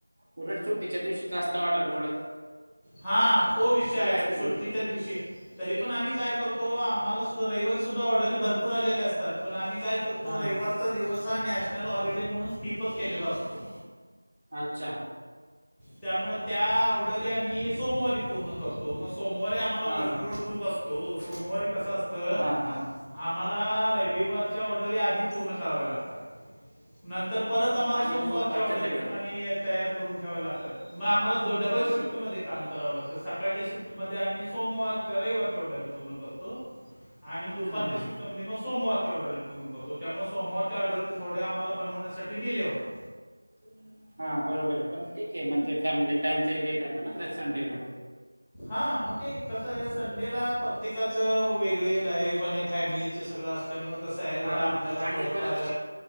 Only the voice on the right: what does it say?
ऑर्डर उलटं सुट्टी च्या दिवशी जास्त ऑर्डर पडत.
असतील
उलट
हा
हा
अच्छा.
हा
हा
हा हा
आणि
सोमवारच्या
वेगळ्या
बरोबर
हा हा
<inaudible> हा बरोबर आहे पण ठीक आहे म्हणजे फॅमिली टाइम तरी देत येतो ना संडेला.
हा
आणि
परत